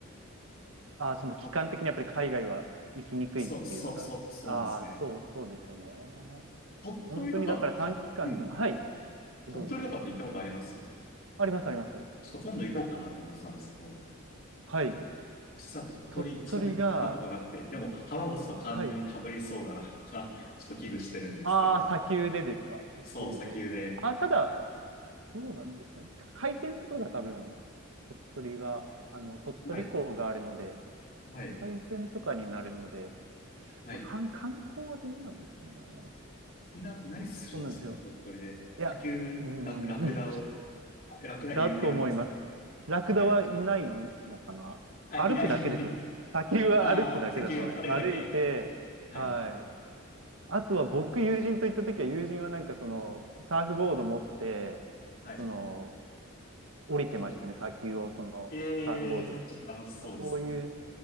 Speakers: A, on the right (about 70°); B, on the left (about 45°).
A: ああ、その期間的にやっぱり海外は行きにくいっていうのが。
B: ぁ。あそう、そう、そう、そうですね。
A: ああ、そう、そうですよね。
B: 鳥取とか、
A: 本当にだから短期間で、
B: と、うん。
A: はい、
B: 鳥取とかって行ったことあります
A: どうぞどうぞ。あります、あります。
B: ちょっと今度行こうかなと思ってたんですけど、
A: はい。
B: 実は鳥取一度も行ったことなくて、
A: 鳥取が、
B: でも浜松と完全に被りそうだなとか、
A: はい。
B: <laughs> ちょっと危惧してるんですけど、
A: ああ、砂丘でですか。砂丘で。
B: そう、砂丘で、
A: あ、ただ、
B: さ
A: どうなんですかね。海鮮とかが多分、鳥取が、あの、鳥取港があるので、
B: はい。はい、
A: 海鮮とかになるので、
B: はい。
A: まあ、観観光はどうなんですかね。
B: みんな何するんですかね、
A: そうなんですよ。
B: 鳥取で。砂丘、
A: いや、うーん、
B: ラク、ラクダを、
A: <laughs> ちょっと、
B: あラクダいる、
A: だと思います。
B: いるんですか
A: ラクダはいないのかな。
B: はい。あ、
A: 歩くだけですよ。
B: いない、いない。
A: 砂丘は歩くだけだと思います。
B: ああ、砂丘を歩くだけ。
A: 歩いて、
B: はい、
A: はい。あとは僕、友人と行った時は、友人はなんかその、サーフボード持って、
B: はい。
A: その、
B: 砂
A: 降りてましたね、
B: 丘を。
A: 砂丘をその、
B: ええー、
A: サーフボードで。
B: そちょっと楽しそうですね。
A: そういう、